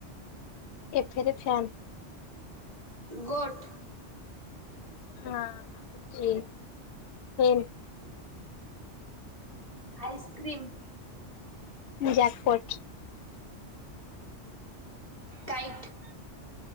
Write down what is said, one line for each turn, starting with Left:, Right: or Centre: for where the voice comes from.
Left: ଏଫ୍ ରେ ଫ୍ୟନ୍।
Right: ଗୋଟ୍।
Left: ହଁ ଜ ହେନ୍।
Right: ଆଇସ୍କ୍ରିମ୍।
Left: ଜାକପୋଟ୍।
Right: କାଇଟ୍।